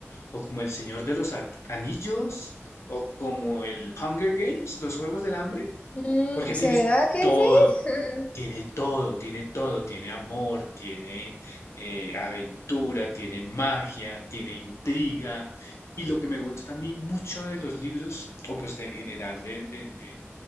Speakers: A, on the left; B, on the left.
A: o como El Señor de los A- Anillos, o como el Hunger Games, los Juegos del Hambre,
B: Mm,
A: porque
B: ¿será
A: tiene
B: que
A: todo,
B: sí? <laughs>
A: Tiene todo, tiene todo, tiene amor, tiene eh, aventura, tiene magia, tiene intriga. Y lo que me gusta a mí mucho de los libros, o pues en general de, de- de-